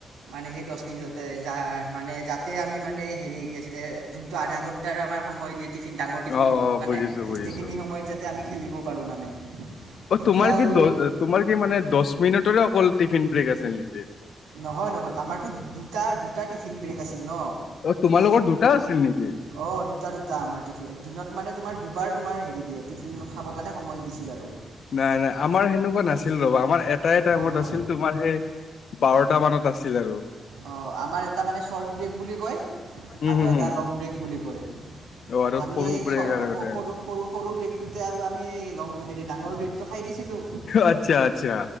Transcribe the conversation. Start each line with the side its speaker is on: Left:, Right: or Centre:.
Right: মানে ডচমিন ততে যা মানে যাতে আমি মানে হেৰি কি আছিলে যোনটো আধা ঘণ্টাৰ আমাৰ সময় দিয়ে টিফিন ডাঙৰ টিফিনটো
Left: অ
Right: খাবৰ
Left: অ
Right: কাৰণে
Left: বুজিছো বুজিছো
Right: সেইখিনি সময়ত যাতে আমি খেলিব পাৰো মানে।
Left: অ,
Right: তেতিয়া
Left: তোমাৰ
Right: আৰু
Left: কি দ তোমাৰ কি মানে দহ মিনিটৰে অকল টিফিন ব্ৰেক আছিল নেকি।
Right: নহয় - নহয় আমাৰতো দুটা - দুটা টিফিন ব্ৰেক আছিল ন।
Left: অ, তোমালোকৰ লগৰ দুটা আছিল নেকি?
Right: অ, দুটা - দুটা আমাৰ টিফিন দিনত মানে তোমাৰ দুবাৰ তোমাৰ হেৰি দিয়ে টিফিন খাবৰ কাৰণে সময় দিছিল আৰু।
Left: নাই - নাই আমাৰ সেনেকুৱা নাছিল ৰবা আমাৰ এটাই টাইমত
Right: অঁ
Left: আছিল তোমাৰ সেই বাৰটা মান মানত আছিল আৰু।
Right: অ, আমাৰ এটা মানে চৰ্ট ব্ৰেক বুলি কয়
Left: উম
Right: আৰু
Left: হম
Right: এটা
Left: হম
Right: লং ব্ৰেক বুলি কয়।
Left: অ আৰু
Right: আমি
Left: ব্ৰেক
Right: সৰু
Left: আৰু দে
Right: - সৰু - সৰু ব্ৰেকটোতে আৰু আমি ল হেৰি ডাঙৰ ব্ৰেকটো। খাই দিছিলো।
Left: আচ্ছা - আচ্ছা।